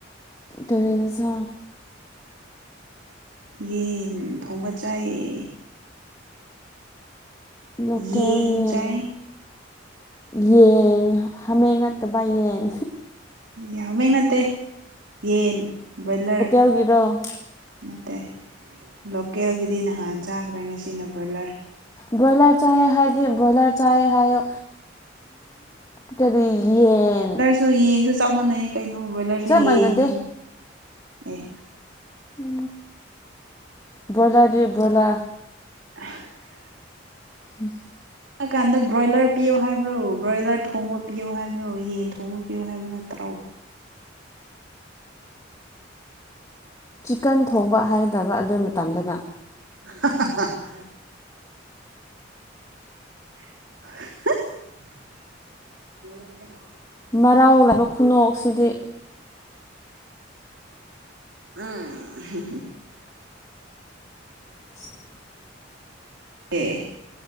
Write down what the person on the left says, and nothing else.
ꯇꯨꯔꯦꯟꯁ
ꯂꯣꯀꯦꯜ
ꯌꯦꯟ
ꯌꯦꯟ ꯍꯥꯃꯦꯡ ꯅꯠꯇꯕ ꯌꯦꯟ
ꯇꯒꯤꯔꯣ
꯭ꯔꯣꯣꯌꯂꯔ ꯆꯥꯦ ꯈꯗꯤꯦ ꯕꯣꯣꯌꯂꯔ ꯆꯥꯦ ꯈꯥꯏꯣ ꯀꯔꯤ ꯌꯦꯟ
ꯆꯞ
ꯃꯥꯟꯅꯗꯦ
ꯎ ꯕꯣꯏꯂꯔ ꯗꯦ ꯕꯣꯏꯂꯥ
ꯎꯝ
ꯆꯤꯀꯟ ꯊꯣꯡꯕ ꯍꯥꯏꯒꯗꯕ ꯑꯗꯨ ꯃꯇꯝꯗꯅ
ꯃꯔꯥꯎꯂꯕ ꯈꯨꯅꯣꯛꯁꯤꯗꯤ
<unintelligible>